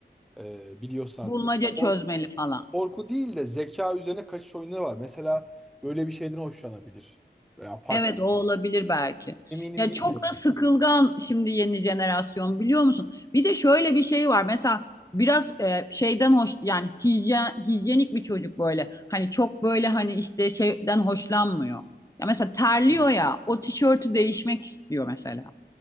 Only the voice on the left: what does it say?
Bulmaca çözmeli
falan.
Evet o olabilir belki.
Ya
çok da sıkılgan şimdi yeni jenerasyon biliyor musun? Bir de şöyle bir şey var. Mesela biraz e, şeyden hoş yani hijyen, hijyenik bir çocuk böyle. Hani çok böyle hani işte şeyden hoşlanmıyor. Ya mesela terliyor ya o tişörtü değişmek istiyor mesela.